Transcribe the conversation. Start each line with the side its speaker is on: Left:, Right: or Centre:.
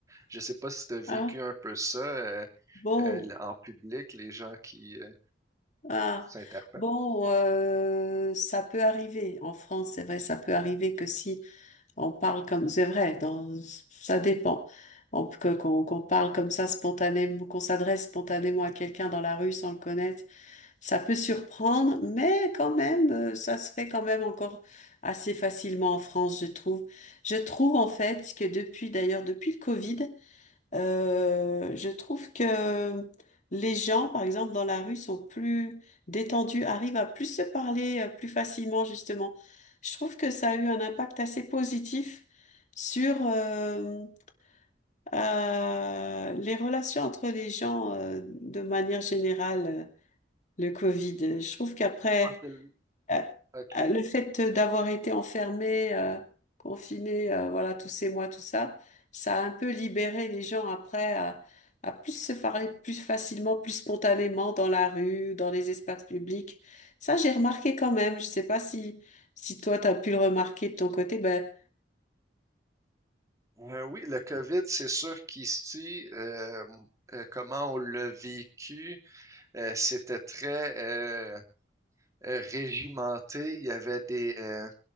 Right: Je sais pas si tu as vécu
Left: Ah,
Right: un peu ça euh,
Left: bon,
Right: euh, en public, les gens qui euh,
Left: ah,
Right: s'interpellent.
Left: bon, euh, ça peut arriver. En France, c'est vrai, ça peut arriver que si On parle comme, c'est vrai, dans, ça dépend. On, que- qu'on, qu'on parle comme ça spontanément, qu'on s'adresse spontanément à quelqu'un dans la rue sans le connaître, ça peut surprendre, mais quand même, euh, ça se fait quand même encore assez facilement en France, je trouve. Je trouve en fait que depuis, d'ailleurs, depuis le Covid, euh, je trouve que les gens, par exemple, dans la rue, sont plus détendus, arrivent à plus se parler euh, plus facilement, justement. Je trouve que ça a eu un impact assez positif sur euh, euh, les relations entre les gens euh, de manière générale, euh, le Covid. Je trouve qu'après...
Right: En quel-
Left: Euh,
Right: OK.
Left: euh, Le fait d'avoir été enfermé, euh, confiné, euh, voilà, tous ces mois, tout ça, ça a un peu libéré les gens après à, à plus se parler plus facilement, plus spontanément dans la rue, dans les espaces publics. Ça, j'ai remarqué quand même. Je sais pas si, si toi, tu as pu le remarquer de ton côté. Ben,
Right: Euh, oui, le COVID, c'est sûr qu'ici, euh, euh, comment on l'a vécu, euh, c'était très euh, euh, régimenté. Il y avait des, euh,